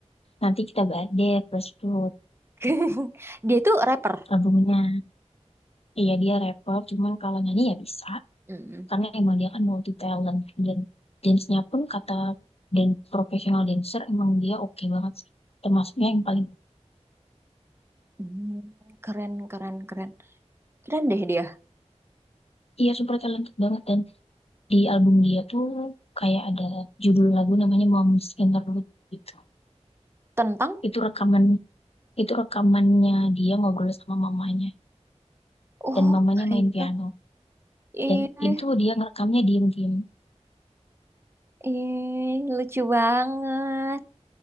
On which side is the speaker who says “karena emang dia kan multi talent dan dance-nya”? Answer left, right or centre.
Left